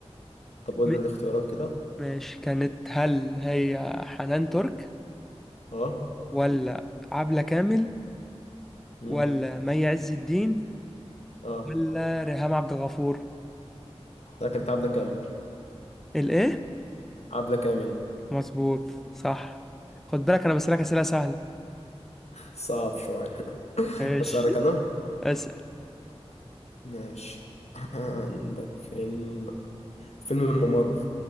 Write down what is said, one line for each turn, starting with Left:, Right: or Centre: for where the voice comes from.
Left: طب قول
Centre: م-
Left: لي الاختيارات كده
Centre: ماشي كانت هل هي حنان ترك
Left: اه
Centre: ولا عبلة كامل
Left: امم
Centre: ولا مي عز الدين
Left: اه
Centre: ولا ريهام عبد الغفور
Left: ده كانت عبلة كامل
Centre: الايه
Left: عبلة كامل
Centre: مظبوط صح خد بالك انا بسألك أسئلة سهلة
Left: <laughs> صعب شوية <laughs>
Centre: ماشي
Left: أسألك أنا
Centre: أسأل
Left: ماشي عندك فيلم فيلم الممر